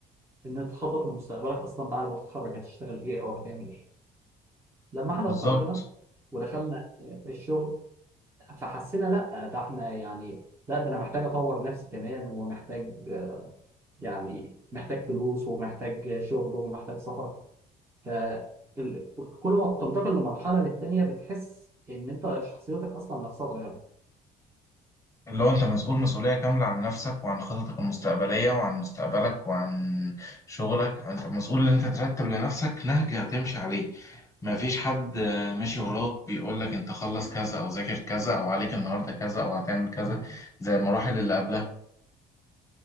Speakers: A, on the right; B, on the left.
A: ان انت تخطط لمستقبلك اصلا بعد ما تتخرج هتشتغل ايه او هتعمل ايه لما احنا
B: بالظبط
A: اتخرجنا ودخلنا آه، الشغل فحسينا لا ده احنا يعني لا ده انا محتاج اطور نفسي كمان ومحتاج آه، يعني محتاج فلوس ومحتاج شغل ومحتاج سفر ف ال- كل ما بتنتقل لمرحله للتانيه بتحس ان انت شخصيتك اصلا نفسها اتغيرت
B: اللي هو انت مسؤول مسؤولية كاملة عن نفسك وعن خططك المستقبلية وعن مستقبلك وعن شغلك انت مسؤول ان انت ترتب لنفسك نهج هتمشي عليه ما فيش حد آه، ماشي وراك بيقول لك انت خلص كذا او ذاكر كذا او عليك النهاردة كذا او هتعمل كذا زي المراحل اللي قبلها